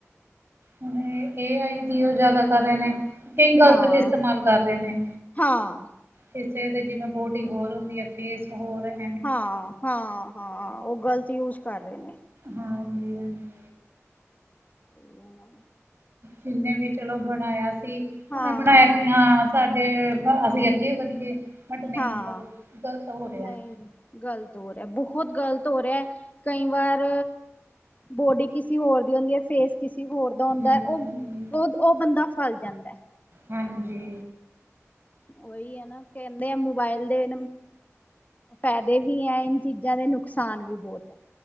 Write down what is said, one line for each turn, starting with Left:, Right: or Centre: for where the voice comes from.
Right: ਹੁਣ ਇਹ ਏ ਆਈ ਦੀਓ ਜਿਆਦਾ ਕਰ ਰਹੇ ਨੇ। ਕਈ ਗਲਤ
Left: ਹਾਂ
Right: ਵੀ ਇਸਤੇਮਾਲ ਕਰ ਰਹੇ ਨੇ।
Left: ਹਾਂ
Right: ਕਿਸੇ ਦੇ ਜਿਵੇਂ ਬੋਡੀ ਹੋਰ ਹੁੰਦੀ ਹੈ, ਫੇਸ ਹੋਰ ਹੈ।
Left: ਹਾਂ -ਹਾਂ -ਹਾਂ ਉਹ ਗ਼ਲਤ ਯੂਜ ਕਰ ਰਹੇ ਨੇ।
Right: ਹਾਂਜੀ- ਹਾਂਜੀ।
Left: ਇਹਨਾਂ।
Right: ਜਿੰਨੇ ਵੀ ਚਲੋ ਬਣਾਇਆ ਸੀ, ਉਹਨੇ
Left: ਹਾਂ
Right: ਬਣਾਇਆ। ਕਿ ਹਾਂ ਸਾਡੇ ਅਸੀਂ ਅੱਗੇ ਵਧੀਏ, ਬਟ ਨਹੀਂ
Left: ਹਾਂ
Right: ਗ਼ਲਤ ਹੋ ਰਿਹਾ
Left: ਨਹੀਂ
Right: ਹੈ।
Left: ਗ਼ਲਤ ਹੋ ਰਿਹਾ, ਬਹੁਤ ਗ਼ਲਤ ਹੋ ਰਿਹਾ ਹੈ, ਕਈ ਵਾਰ ਬੋਡੀ ਕਿਸੇ ਹੋਰ ਦੀ ਹੁੰਦੀ ਹੈ ਫੇਸ। ਕਿਸੇ ਹੋਰ ਦਾ ਹੁੰਦਾ,
Right: ਹਮ
Left: ਉਹ,
Right: ਹਮ ਹਮ
Left: ਉਹ ਬੰਦਾ ਫਸ ਜਾਂਦਾ ਹੈ।
Right: ਹਾਂਜੀ।
Left: ਉਹੀ ਹੈ ਨਾ, ਕਹਿੰਦੇ ਆ ਮੋਬਾਇਲ ਦੇ। ਫਾਇਦੇ ਵੀ ਹੈ। ਇਹਨਾਂ ਚੀਜ਼ਾਂ ਦੇ ਨੁਕਸਾਨ ਵੀ ਬਹੁਤ ਹੈ।